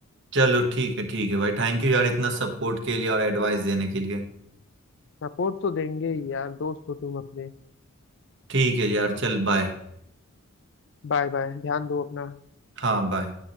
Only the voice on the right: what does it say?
चलो ठीक है ठीक है भाई थैंक यू यार इतना सपोर्ट के लिए और एडवाइस देने के लिए
ठीक है यार चल बाय
हाँ बाय